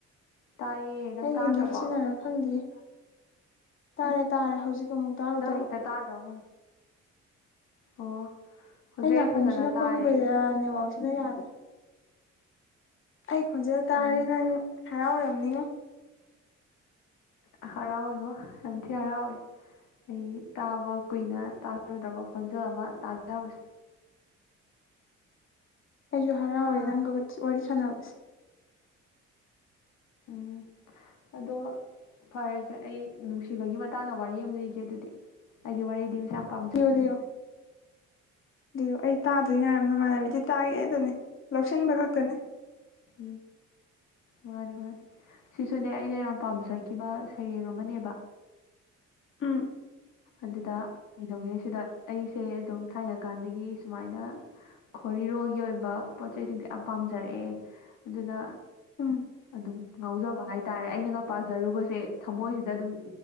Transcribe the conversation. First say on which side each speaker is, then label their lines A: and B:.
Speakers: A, on the left; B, on the left.
A: ꯇꯥꯏꯌꯦ ꯅꯪ
B: ꯑꯩꯒꯤ
A: ꯇꯥꯗ꯭ꯔꯕꯣ
B: ꯅꯦꯠ ꯁꯤꯅꯔ ꯈꯪꯗꯤꯌꯦ ꯇꯥꯔꯦ ꯇꯥꯔꯦ ꯍꯧꯖꯤꯛ ꯑꯃꯨꯛ ꯇꯥꯔꯨꯗꯕ
A: ꯅꯪ ꯍꯦꯛꯇ ꯇꯥꯗꯕ ꯃꯥꯟ ꯑꯣ ꯍꯧꯖꯤꯛ
B: ꯑꯩ ꯅꯥꯀꯣꯡꯁꯤꯅ
A: ꯐꯖꯅ ꯇꯥꯔꯦ
B: ꯄꯪꯕꯩꯔ ꯅꯦꯠꯋꯥꯛꯁꯤꯅ ꯌꯥꯗ꯭ꯔꯦ ꯑꯩ ꯈꯣꯟꯖꯦꯜ ꯇꯥꯔꯗꯤ
A: ꯎꯝ
B: ꯅꯪ ꯍꯔꯥꯎꯔꯝꯅꯤꯉꯣ
A: ꯀ ꯍꯔꯥꯎꯋꯤꯉꯣ ꯌꯥꯝ ꯊꯤ ꯍꯔꯥꯎꯋꯦ ꯑꯩ ꯇꯥꯕ ꯀꯨꯏꯅ ꯇꯥꯔꯨꯗꯕ ꯈꯣꯟꯖꯦꯜ ꯑꯃ ꯇꯥꯖꯕꯁꯦ
B: ꯑꯩꯁꯨ ꯍꯔꯥꯎꯋꯦ
A: ꯍꯥ
B: ꯅꯪꯒ ꯋꯤꯠꯁ ꯋꯥꯔꯤ ꯁꯥꯟꯅꯕꯁꯦ
A: ꯎꯝ ꯑꯗꯣ ꯐꯔꯦꯁꯦ ꯑꯩ ꯅꯨꯡꯁꯤꯕꯒꯤ ꯃꯇꯥꯡꯗ ꯋꯥꯔꯤ ꯑꯃ ꯂꯤꯒꯦ ꯑꯗꯨꯗꯤ ꯑꯩꯗꯤ ꯋꯥꯔꯤ ꯂꯤꯕ ꯌꯥꯝ ꯄꯥꯝꯖꯩ
B: ꯂꯤꯌꯣ ꯂꯤꯌꯣ ꯂꯤꯌꯣ ꯑꯩ ꯇꯥꯥꯗꯨꯏ ꯉꯥꯏꯔꯝꯅꯦ ꯅꯃꯥꯟꯅꯕꯤꯗꯤ ꯇꯥꯒꯦꯗꯅꯤ ꯂꯧꯁꯤꯟꯕ ꯈꯛꯇꯅꯤ
A: ꯍꯨꯝ ꯃꯥꯅꯦ ꯃꯥꯅꯦ ꯁꯤꯁꯨꯅꯦ ꯑꯩꯅ ꯌꯥꯝ ꯄꯥꯝꯖꯒꯤꯕ ꯁꯩꯔꯦꯡ ꯑꯃꯅꯦꯕ
B: ꯎꯝ
A: ꯑꯗꯨꯗ ꯀꯩꯗꯧꯒꯦ ꯁꯤꯗ ꯑꯩꯁꯦ ꯑꯗꯨꯝ ꯊꯥꯏꯅ ꯀꯥꯟꯗꯒꯤ ꯁꯨꯃꯥꯏꯅ ꯈꯣꯔꯤꯔꯣꯜꯒꯤ ꯑꯣꯏꯕ ꯄꯣꯠ ꯆꯩꯁꯤꯡꯁꯦ ꯌꯥꯝ ꯄꯥꯝꯖꯔꯛꯑꯦ ꯑꯗꯨꯅ
B: ꯎꯝ
A: ꯑꯗꯨꯝ ꯉꯥꯎꯖꯕ ꯍꯥꯏꯇꯥꯔꯦ ꯑꯩꯅꯒ ꯄꯥꯖꯔꯨꯕꯁꯦ ꯊꯃꯣꯏꯁꯤꯗ ꯑꯗꯨꯝ